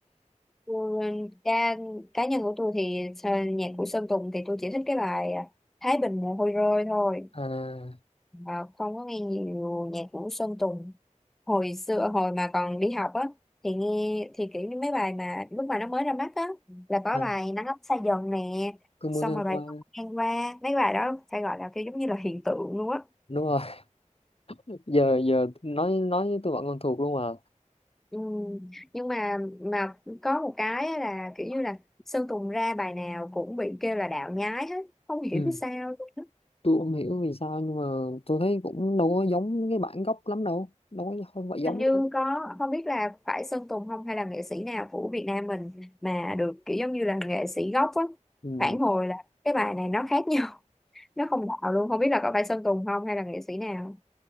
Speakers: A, in the centre; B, on the left.
A: tôi, cá, cá nhân của tôi thì ờ, nhạc của Sơn Tùng thì tôi chỉ thích cái bài à, Thái Bình mồ hôi rơi thôi
B: à,
A: Ờ, không có nghe nhiều nhạc của Sơn Tùng hồi xưa hồi mà còn đi học á thì nghe thì kiểu như mấy bài mà lúc mà nó mới ra mắt á là có
B: à
A: bài nắng ấm xa dần nè
B: cứ mưa
A: xong
B: ngang
A: rồi bài
B: qua
A: con ngang qua mấy bài đó phải gọi là kiểu giống như là hiện tượng luôn á
B: đúng rồi <laughs> giờ giờ nói nói với tôi bạn còn thuộc luôn à
A: Ừ. Nhưng mà mà có một cái á là kiểu như là Sơn Tùng ra bài nào cũng bị kêu là đạo nhái hết không hiểu
B: Ừ.
A: sao luôn á.
B: tôi không hiểu vì sao nhưng mà tôi thấy cũng đâu có giống cái bản gốc lắm đâu đâu có không phải giống
A: hình như
B: đâu.
A: có không biết là phải Sơn Tùng không hay là nghệ sĩ nào của Việt Nam mình mà được kiểu giống như là nghệ sĩ gốc á
B: ừ.
A: phản hồi là cái bài này nó khác nhau <laughs> nó không đạo luôn không biết là có phải Sơn Tùng không hay là nghệ sĩ nào